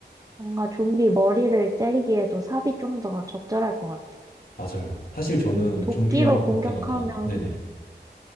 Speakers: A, on the right; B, on the left.
A: 뭔가 좀비 머리를 때리기에도 삽이 좀 더 적절할 것 같아요.
B: 맞아요. 사실 저는
A: 도끼로
B: 좀비 영화
A: 공격하면
B: 볼 때마다, 네네.